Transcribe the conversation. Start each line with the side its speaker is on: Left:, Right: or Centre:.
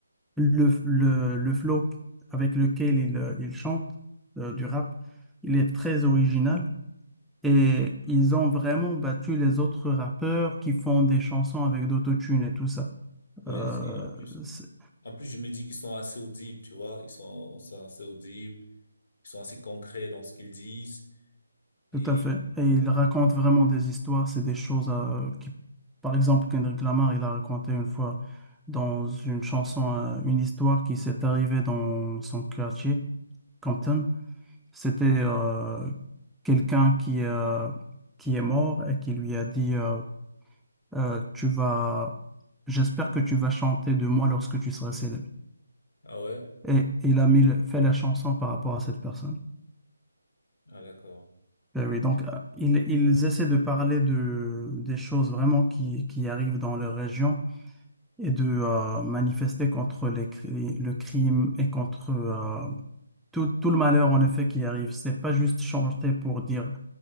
Centre: le, le, le flow avec lequel ils, euh, ils chantent euh, du rap, il est très original. Et ils ont vraiment battu les autres rappeurs qui font des chansons avec d'autotune et tout ça.
Left: Ouais,
Centre: Euh,
Left: c'est en plus.
Centre: c'est-
Left: En plus, je me dis qu'ils sont assez audibles, tu vois. Ils sont, sont assez audibles. Ils sont assez concrets dans ce qu'ils disent. Et,
Centre: tout à fait. Et ils
Left: ouais.
Centre: racontent vraiment des histoires. C'est des choses euh, qui... Par exemple, Kendrick Lamar, il a raconté une fois dans une chanson euh, une histoire qui s'est arrivée dans son quartier, Compton. C'était euh, quelqu'un qui, euh, qui est mort et qui lui a dit euh, Euh, tu vas, j'espère que tu vas chanter de moi lorsque tu seras célèbre.
Left: Ah ouais?
Centre: Et il a mis, le- fait la chanson par rapport à cette personne.
Left: Ah d'accord.
Centre: Ben oui, donc euh, ils, ils essaient de parler de, des choses vraiment qui, qui arrivent dans leur région et de euh, manifester contre les, cri- le crime et contre euh, tout, tout le malheur en effet qui arrive. C'est pas juste chanter pour dire